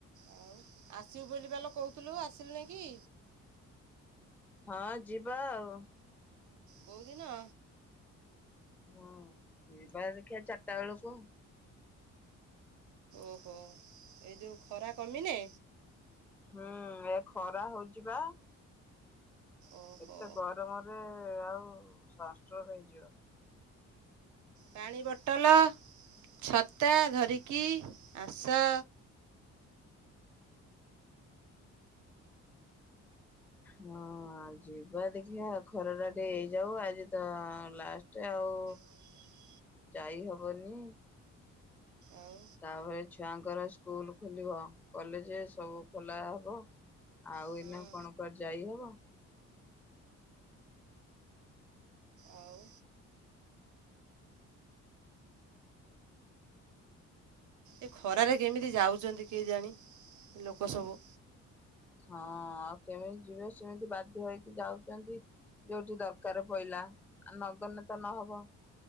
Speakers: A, on the right; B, in the centre.
A: ଆଉ ଆସିବୁ ବୋଲି ପାଲୋ କହୁଥିଲୁ ଆସିଲୁ ନାଇକି?
B: ହଁ ଯିବା ଆଉ
A: କୋଉଦିନ?
B: ହଁ ଯିବା ଦେଖିବା ଚାରଟା ବେଳକୁ
A: ଓହୋ ଏଇ ଯେଉ ଖରା କମିନେ
B: ହଁ ଏ ଖରା ହଉଛି ବା
A: ଓହୋ
B: ଏତେ ଗରମରେ ଆଉ ସନଷ୍ଟ୍ରୋଗ ହେଇଯିବ।
A: ପାଣି ବଟଲ ଛତା ଧରିକି ଆସ।
B: ହଁ ଯିବା ଦେଖିବା ଖରାଟା ଟିକେ ହେଇଯାଉ ଆଜି ତ ଲାଷ୍ଟ ଆଉ
A: <inaudible>
B: ଯାଇ ହବନି
A: ଆଉ
B: ତାପରେ ଛୁଆଙ୍କର ସ୍କୁଲ ଖୋଲିବ କଲେଜ ସବୁ ଖୋଲା ହବ। ଆଉ
A: ହୁଁ
B: ଏଇନା କଣ କୁଆଡ ଯାଇ ହବ?
A: ଆଉ ଏ ଖରାରେ କେମିତି ଯାଉଛନ୍ତି କେଜାଣି ଲୋକ ସବୁ?
B: ହଁ ଆଉ କେମିତି ଯିବେ ସେମିତି ବାଧ୍ୟ ହେଇକି ଯାଉଛନ୍ତି। ଯୋଉଠି ଦରକାର ପଡିଲା ନଗଲେ ତ ନହବ।